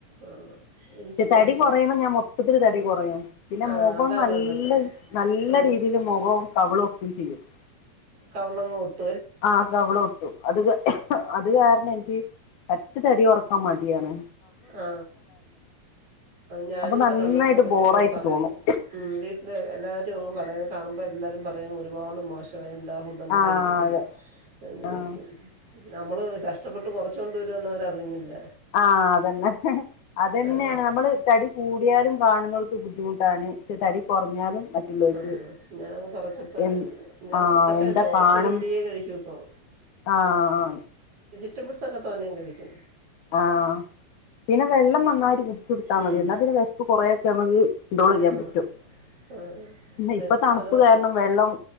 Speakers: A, on the right (about 45°); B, on the left (about 70°).
A: ആഹ് എനിക്കും
B: പക്ഷെ തടി
A: വലിയ
B: കുറയുമ്പോ ഞാൻ മൊട്ടത്തില്ൽ തടി കുറയും പിന്നെ
A: ആഹ്
B: മുഖം
A: അതാ
B: നല്ല
A: നല്ലത്
B: നല്ല
A: അങ്ങ്
B: രീതിൽ മുഖവും കവിളും ഉപ്പം ചെയും <inaudible> <unintelligible>
A: കവളങ്ങോട്ട്
B: ആഹ ക അവളൊട്ടും അത് അത് കാരണം എനിക്ക് പറ്റ തടി കുറക്കാൻ മടി യാണ്
A: ആ ഞാനും
B: അപ്പൊ
A: ഇവിടെ
B: നന്നായിട്ട്
A: വണ്ണം കുറക്കുമ്പോ
B: ബോറായിട്ട്
A: പറയുന്നത്
B: തോന്നും
A: വീട്ടില് എല്ലാവ പറയും കാണും എല്ലാരും പറയും ഒരുപാട് മോശമായിട്ടുണ്ട് എന്താ ഫുഡൊന്നും
B: ആ
A: കഴിക്കത്തില്ലന്ന്
B: അതെ ആ
A: കഴിക്കും നമ്മള് കഷ്ടപ്പെട്ട് കുറച്ചു കൊണ്ട് വരുമെന്ന് അവരറിയുന്നില്ല
B: ആഹ അതന്നെ അത്ന്നെയാണ്
A: ആഹ്
B: നമ്മള് തടി കൂടിയാലും കാണുന്നവർക്ക് ബുദ്ധിമുട്ടാണ് പക്ഷെ തടി കുറഞ്ഞാലും മറ്റുള്ളവർക്ക്
A: ആഹ് ഞാൻ കുറച്ചപ്പോ
B: എ
A: ഞാൻ
B: ആഹ
A: ഫുഡൊക്കെ
B: എന്താ
A: ചോറൊക്കെ
B: കാണും
A: ഒരു പിടിയേ കഴിക്കൂ ഇപ്പോൾ
B: ആഹ ആ
A: വെജിറ്റബിൾസ് ഒക്കെ തോനെകഴിക്കും
B: ആഹ പിന്നെ വെള്ളം നന്നായിട്ടു കുടിച്ചു കൊടുത്താ മതി
A: ഉം
B: എന്നാൽ പിന്നെ വിശപ്പ്കുറേൊക്കെ നമുക്ക് കൺട്രോൾ ചെയ്യാൻ
A: ആഹ്
B: പറ്റും
A: ആഹ്
B: ഇപ്പൊ തണുപ്പ്
A: അതുപോലെ
B: കാരണം വെള്ളം